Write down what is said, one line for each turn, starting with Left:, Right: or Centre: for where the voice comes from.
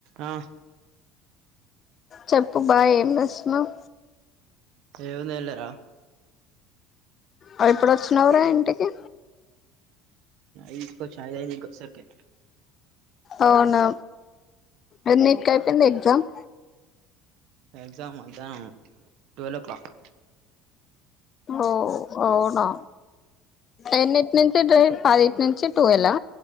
Right: ఆ
Left: చెప్పు బా ఏం జెసున్నావ్
Right: ఏంలేదులేరా
Left: అ ఎప్పుడు వచ్చినవ్రా ఇంటికి
Right: ఈ పో చాయ్ తాగి ఇంకోసార్కి
Left: అవునా అన్నిటి కంటే ఎగజామ్
Right: ఎగ్జామ్ అ మధ్యాహ్నం ట్వల్వ్ ఓ క్లాక్
Left: ఓ అవునా ఎన్నింటి నుంచి డ్రై పదిట్ నుంచి ట్వల్వా